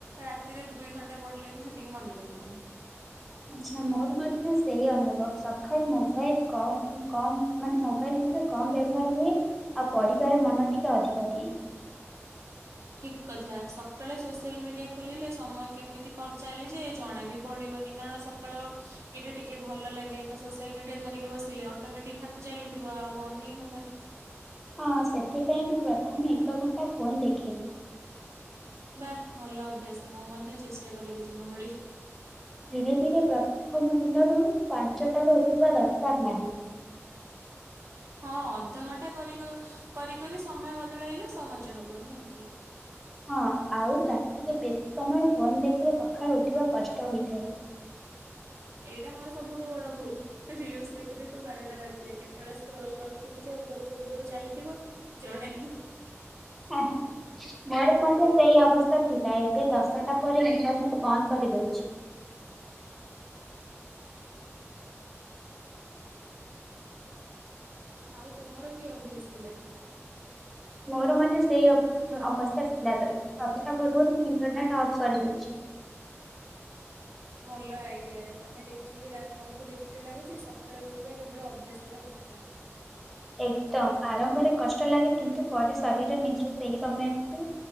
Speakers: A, on the right; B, in the centre.
A: ରାତିରେ ଦୁଇ ଘଣ୍ଟା ପଡିଲେ ବିି ସେତିକି ମନେ ରହିବନି
B: ଆଛା ମୋର ମଧ୍ୟ ସେଇ ଅନୁଭବ ସକାଳେ ମୋବାଇଲ କ କମ ମାନେ ମୋବାଇଲ ମଧ୍ୟ କମ ବ୍ୟବହାର ହୁଏ ଆଉ ପଢିବାରେ ମନ ଟିକେ ଅଧିକ ଦିଏ
A: ଠିକ କଥା ସକାଳେ ସୋସିଆଲ ମିଡ଼ିଆ ଖୋଲିଲେ ସମୟ କେମିତି ଚାଲିଯାଏ ଜଣା ବି ପଡ଼ିବନି କାରଣ ସକାଳ ଏଇଟା ଟିକେ ଭଲ ଲାଗେ ତ ସୋସିଆଲ ମିଡିଆ ଧରିକି ବସିଲେ ଅଟୋମେଟିକ ହାତ ଚାଲେ ଥିବ ଆଉ ବନ୍ଦ ହିଁ ହବନି
B: ହଁ ସେଥିପାଇଁ ମୁଁ ପ୍ରଥମେ ଏକ ଘଣ୍ଟା ଫୋନ୍ ଦେଖେନି
A: ବା ଭଲ ଅଭ୍ୟାସ ମୁଁ ମଧ୍ୟ ଚେଷ୍ଟା କରିବି ତୁମ ଭଳି
B: ଧୀରେ ଧୀରେ ପ୍ରଥମ ଦିନରୁ ପାଞ୍ଚଟ ରୁ ଉଠିବା ଦରକାର ନାହିଁ
A: ହଁ ଅଧଘଣ୍ଟା କରି କରି କରି ସମୟ ବଦଳାଇଲେ ସହଜ ହବ ନୁହଁ କି
B: ହଁ ଆଉ ରାତିରେ ବେଶୀ ସମୟ ଫୋନ ଦେଖିଲେ ସକାଳେୁ ଉଠିବା କଷ୍ଟ ହୋଇଥାଏ
A: ଏଇଟା ମୋର ସବୁଠୁ ବଡ ଭୁଲ ରିଲସ୍ ଦେଖୁ ଦେଖୁ ବାରଟା ବାଜିଯାଏ କେତେବେଳେ ସ୍କ୍ରଲ କରୁଥିବ ଯେ ଉପର କୁ ଉପୂରକୁ ଚାଲିଥିବ ଜଣେ
B: ହଁ ହ ମୋର ମଧ୍ୟ ସେଇ ଅବସ୍ଥା ଥିଲା ଏବେ ଦଶଟା ପରେ ଇଣ୍ଟରନେଟ ବନ୍ଦ କରିଦଉଛି
A: ଆଉ ତୁମର କି ଅଭ୍ୟାସ ଥିଲା
B: ମୋର ମଧ୍ୟ ସେଇ ଅବସ୍ଥା ଥିଲା ଦଶଟା ପୂର୍ବରୁ ମୁଁ ଇଣ୍ଟରନେଟ ଅଫ କରିଦଉଛି
A: ଭଲ ଆଇଡିଆ ତମେ ଦେଖିଲି ତମକୁ ଦେଖିଲେ ଲାଗୁଛି ସକାଳେ ଉଠିବା କେବଳ ଅଭ୍ୟାସର କଥା <inaudible>
B: ଏକଦମ ଆରମ୍ଭରେ କଷ୍ଟ ଲାଗେ କିନ୍ତୁ ପରେ ଶରୀର ନିଜେ ସେଇ ସମୟକୁ